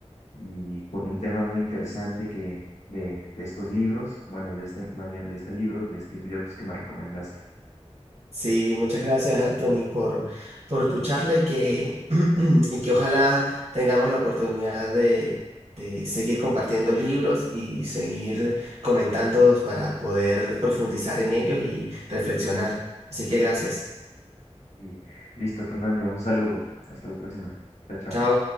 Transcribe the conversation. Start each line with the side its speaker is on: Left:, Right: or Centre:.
Left: y con un tema muy interesante que de, de estos libros, bueno, de este, más bien de este libro, de Steve Jobs que me recomendaste.
Right: Sí, muchas gracias, Anthony, por, por tu charla y que, <clears throat> y que ojalá tengamos la oportunidad de, de seguir compartiendo libros y seguir comentándolos para poder profundizar en ellos y reflexionar. Así que gracias.
Left: Y listo, Fernando, un saludo. Hasta la próxima. Chao, chao.
Right: Chao.